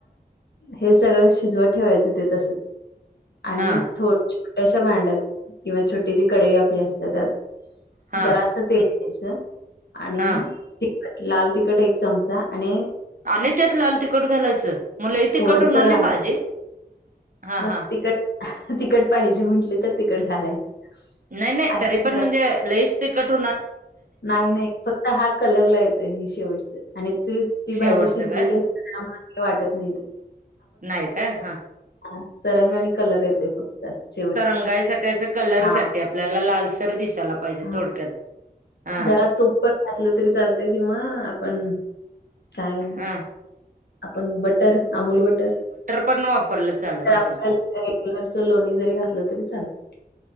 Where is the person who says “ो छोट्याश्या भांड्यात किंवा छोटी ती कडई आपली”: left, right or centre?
Left